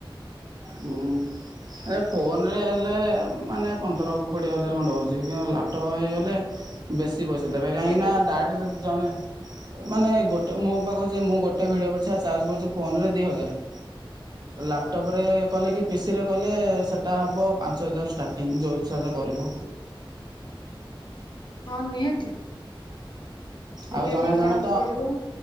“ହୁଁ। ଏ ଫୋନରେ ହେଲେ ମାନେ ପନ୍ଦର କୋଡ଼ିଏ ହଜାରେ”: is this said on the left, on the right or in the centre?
Right